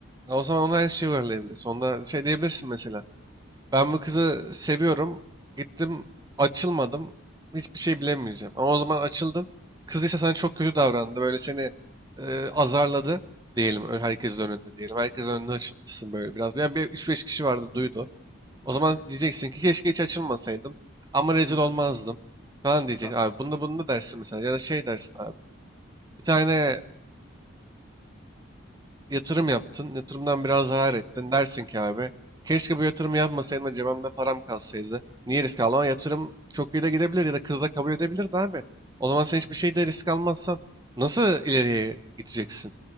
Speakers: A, on the right; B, in the centre.
A: Ya O zaman ona her şeyi uyarlayabilirsin. Onda şey diyebilirsin mesela. Ben bu kızı seviyorum. Gittim açılmadım. Hiçbir şey bilemeyeceğim. Ama o zaman açıldın. Kız ise sana çok kötü davrandı. Böyle seni e, azarladı diyelim. ö- Herkesin önünde diyelim. Herkesin önünde açılmışsın böyle biraz. Yani bir üç beş kişi vardı duydu. O
B: Hı
A: zaman
B: hı.
A: diyeceksin ki keşke hiç açılmasaydım. Ama rezil
B: Ya za-
A: olmazdım. Falan diyecek.
B: za-
A: Abi bunda bunda dersin mesela. Ya da şey dersin abi. Bir tane yatırım yaptın. Yatırımdan biraz zarar ettin. Dersin ki abi keşke bu yatırımı yapmasaydım da cebimde param kalsaydı. Niye risk aldım? Ama yatırım çok iyi de gidebilir ya da kızla kabul edebilirdi abi. O zaman sen hiçbir şeyde risk almazsan nasıl ileriye gideceksin?